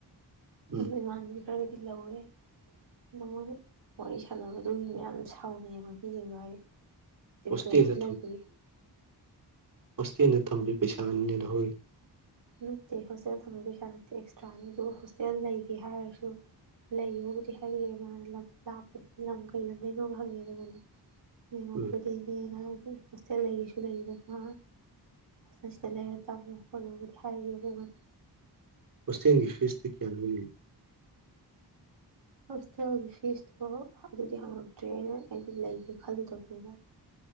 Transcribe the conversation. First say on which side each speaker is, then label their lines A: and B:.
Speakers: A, on the right; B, on the right.
A: ꯎꯝ
B: ꯑꯗꯨ ꯏꯃꯥꯟꯕꯤ ꯀꯔꯒꯗꯤ ꯂꯧꯒꯋꯦ ꯑꯗꯣ ꯃꯣꯏꯅ ꯋꯥꯔꯤ ꯁꯥꯟꯅꯕꯗꯨꯒꯤ ꯃ ꯌꯥꯝ ꯁꯥꯎꯅꯩꯑꯕ ꯃꯤꯁꯤꯡ ꯋꯥꯔꯤ ꯗꯤꯐ꯭ꯔꯦꯟꯁꯇ
A: ꯍꯣꯁꯇꯦꯜꯗ
B: ꯂꯩꯕꯒꯤ
A: ꯑꯣꯁꯇꯤꯅ ꯊꯝꯕꯤ ꯄꯩꯁꯥ ꯑꯅꯤꯅ ꯂꯧ ꯍꯣꯏ
B: ꯅꯠꯇꯦ ꯍꯣꯁꯇꯦꯜ ꯊꯝꯝꯕꯒꯤ ꯄꯩꯁꯥ ꯅꯠꯇꯦ ꯑꯦꯛꯁꯇ꯭ꯔꯥꯅꯤ ꯑꯗꯨꯒ ꯍꯣꯁꯇꯦꯜ ꯂꯩꯒꯦ ꯍꯥꯏꯔꯁꯨ ꯂꯩꯌꯣꯕꯨꯗꯤ ꯍꯥꯏꯔꯛꯑꯦ ꯃꯥꯅ ꯂꯝ ꯂꯥꯛꯄꯗꯨꯗꯤ ꯂꯝ ꯀꯩ ꯂꯝ ꯂꯩꯅꯣꯕ ꯍꯪꯉꯦꯕ ꯑꯩꯉꯣꯟꯗ ꯅꯃ
A: ꯎꯝ
B: ꯀꯨꯗꯤꯅꯦꯅ ꯍꯣꯁꯇꯦꯜ ꯂꯩ ꯀꯩꯁꯨ ꯂꯩꯗꯅ ꯑꯁꯤꯗ ꯂꯩꯔ ꯇꯝꯃꯨ ꯈꯣꯠꯂꯨꯕꯨꯗꯤ ꯍꯥꯢ ꯈꯣꯏ ꯃꯥꯅ
A: ꯍꯣꯇꯦꯡꯒꯤ ꯐꯤꯁꯇꯤ ꯀꯌꯥ ꯂꯧꯋꯤ
B: ꯍꯣꯁꯇꯦꯜꯒꯤ ꯐꯤꯁꯇꯣ ꯑꯗꯨꯗꯤ ꯍꯪꯉꯛꯇ꯭ꯔꯦ ꯑꯩꯅ ꯑꯩꯗꯤ ꯂꯩꯒꯦ ꯈꯜꯂꯨꯗꯕꯅꯤꯅ